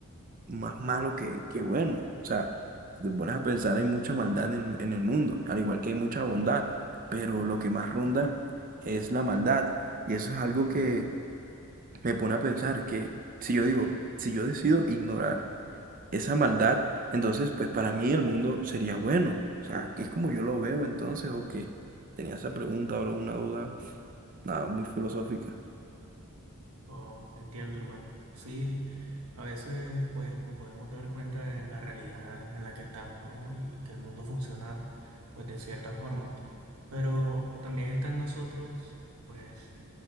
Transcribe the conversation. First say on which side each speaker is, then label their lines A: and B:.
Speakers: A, on the right (about 40°); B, on the right (about 75°).
A: más malo que, que bueno. O sea, si te pones a pensar hay mucha maldad en, en el mundo, al igual que hay mucha bondad, pero lo que más ronda es la maldad. Y eso es algo que me pone a pensar que si yo digo, si yo decido ignorar esa maldad, entonces pues para mí el mundo sería bueno. O sea, que es como yo lo veo entonces, o que tenía esa pregunta o una duda, nada, muy filosófica.
B: Oh, entiendo, hermano. Sí, a veces pues nos podemos dar cuenta de la realidad en la que estamos, ¿no? Y que el mundo funciona pues de cierta forma. Pero también está en nosotros pues